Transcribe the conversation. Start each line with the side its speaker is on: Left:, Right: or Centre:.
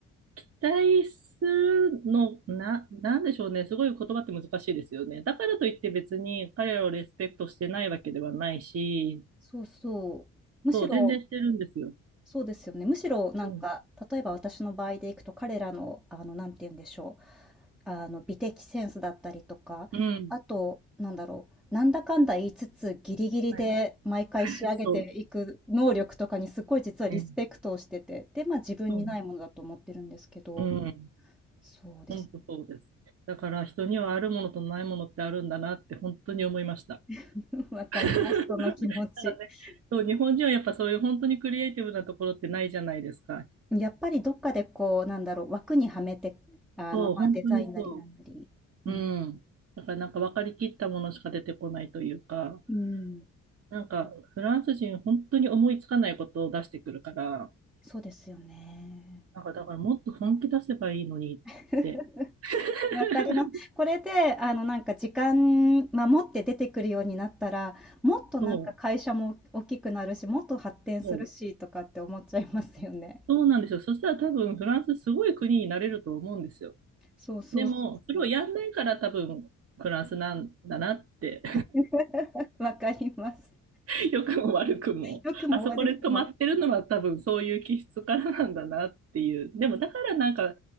Right: 期待するの、な、なんでしょうね。すごい言葉って難しいですよね。だからといって別に彼らをレスペクトしてないわけではないし、
Centre: そうそう。むしろ
Right: そう、全然してるんですよ。
Centre: そうですよね。むしろなんか、
Right: うん。
Centre: 例えば私の場合でいくと、彼らの、あの、なんて言うんでしょう。あの、美的センスだったりとか、
Right: うん。
Centre: あと、なんだろう。なんだかんだ言いつつ、ギリギリで毎回仕上げていく能力とかにすごい実はリスペクトをしてて、
Right: はい。そう。ね。
Centre: で、まあ自分にないものだと思ってるんですけど、
Right: そうなんだ。うん。
Centre: そうです。
Right: 本当そうです。だから人にはあるものとないものってあるんだなって本当に思いました。
Centre: <laughs> わかります、
Right: <laughs>
Centre: その気持ち。
Right: なんかね、
Centre: <laughs>
Right: そう、日本人はやっぱそういう本当にクリエイティブなところってないじゃないですか。
Centre: やっぱりどっかでこう、なんだろう、枠にはめて、あの、
Right: そう、
Centre: まあデザインなりなんなり。
Right: 本当にそう。
Centre: うん。
Right: うん。だからなんか分かりきったものしか出てこないというか、
Centre: うん。
Right: なんかフランス人本当に思いつかないことを出してくるから、
Centre: そうですよね。
Right: なんかだからもっと本気出せばいいのにって。
Centre: <laughs>
Right: <laughs>
Centre: わかります。これで、あの、なんか時間守って出てくるようになったら、もっとなんか会社も大きくなるし、
Right: そう、
Centre: もっと発展するしとかって思っちゃいますよね。
Right: そう、そうなんですよ。そしたら多分フランスすごい国になれると思うんですよ。
Centre: そうそうそうそう。
Right: でも、それをやんないから多分、フランスなんだなって、
Centre: <laughs> わかります。
Right: <laughs> 良くも悪くも、
Centre: 良くも悪くも。
Right: あそこで止まってるのは多分そういう気質からなんだなっていう。でも、だからなんか、